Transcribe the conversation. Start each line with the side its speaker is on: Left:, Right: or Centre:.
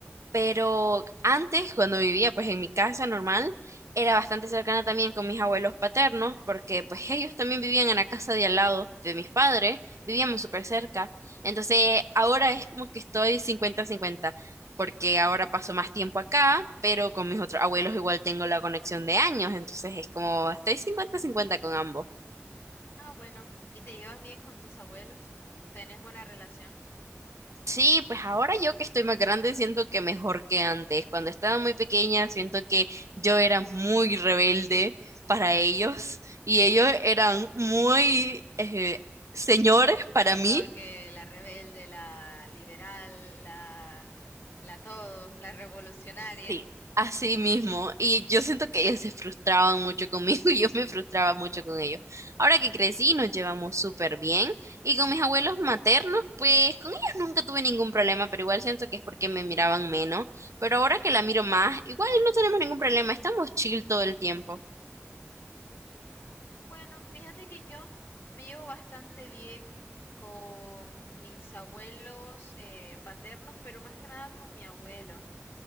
Right: Pero antes, cuando vivía pues en mi casa normal, era bastante cercana también con mis abuelos paternos, porque pues ellos también vivían en la casa de al lado de mis padres, vivíamos súper cerca. Entonces ahora es como que estoy cincuenta-cincuenta porque ahora paso más tiempo acá, pero con mis otros abuelos igual tengo la conexión de años, entonces es como estoy cincuenta-cincuenta con ambos.
Left: Ah, bueno, ¿y te llevas bien con tus abuelos? ¿Tenés buena relación?
Right: Sí, pues ahora yo que estoy más grande siento que mejor que antes. Cuando estaba muy pequeña siento que yo era muy rebelde para ellos y ellos eran muy eh, señores para
Left: Perdón,
Right: mí
Left: que la rebelde, la liberal, la, la todo, la revolucionaria.
Right: Sí, así mismo. Y yo siento que ellos se frustraban mucho conmigo <laughs> y yo me frustraba mucho con ellos. Ahora que crecí, nos llevamos súper bien. Y con mis abuelos maternos, pues con ellos nunca tuve ningún problema, pero igual siento que es porque me miraban menos. Pero ahora que la miro más, igual no tenemos ningún problema, estamos chill todo el tiempo.
Left: Bueno, fíjate que yo me llevo bastante bien con mis abuelos eh, paternos, pero más que nada con mi abuelo.